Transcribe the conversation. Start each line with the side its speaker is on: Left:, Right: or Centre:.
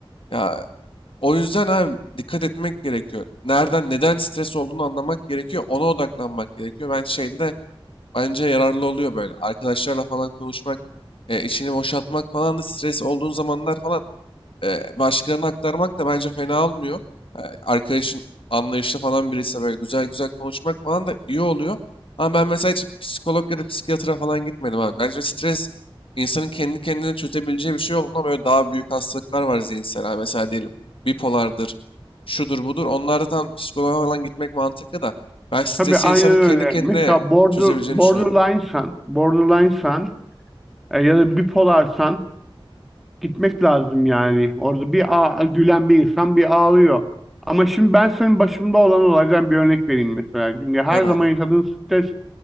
Left: Ya o yüzden abi dikkat etmek gerekiyor. Nereden, neden stres olduğunu anlamak gerekiyor. Ona odaklanmak gerekiyor. Ben şeyde de bence yararlı oluyor böyle. Arkadaşlarla falan konuşmak, e, içini boşaltmak falan da stres olduğun zamanlar falan e, başkalarına aktarmak da bence fena olmuyor. E, arkadaşın anlayışlı falan birisi böyle güzel güzel konuşmak falan da iyi oluyor. Ama ben mesela hiç psikolog ya da psikiyatra falan gitmedim abi. Bence stres insanın kendi kendine çözebileceği bir şey olduğundan böyle daha büyük hastalıklar var zihinsel. Ha, mesela diyelim bipolardır, şudur budur. Onlarda tam psikoloğa falan gitmek mantıklı da ben stresi
Centre: Tabii aynen
Left: insanın
Centre: öyle.
Left: kendi kendine
Centre: Mesela Border,
Left: çözebileceğini
Centre: Borderline
Left: düşünüyorum.
Centre: Sun, Borderline Sun E, ya da bipolarsan gitmek lazım yani. Orada bir ağ- gülen bir insan bir ağlıyor. Ama şimdi ben senin başımda olan olaydan bir örnek vereyim mesela. Çünkü her
Left: Ver abi.
Centre: zaman yaşadığın stres